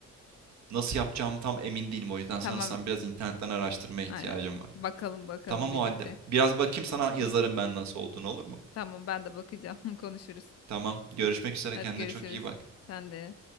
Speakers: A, on the right (about 65°); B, on the left (about 55°).
A: nasıl yapacağımı tam emin değilim. O yüzden
B: Tamam.
A: sanırsam biraz internetten araştırmaya
B: Aynen.
A: ihtiyacım var.
B: Bakalım bakalım
A: Tamam
B: birlikte.
A: o halde. Biraz bakayım sana yazarım ben nasıl olduğunu olur mu?
B: Tamam ben de bakacağım. <laughs> Konuşuruz.
A: Tamam. Görüşmek üzere.
B: Hadi
A: Kendine
B: görüşürüz.
A: çok iyi bak.
B: Sen de.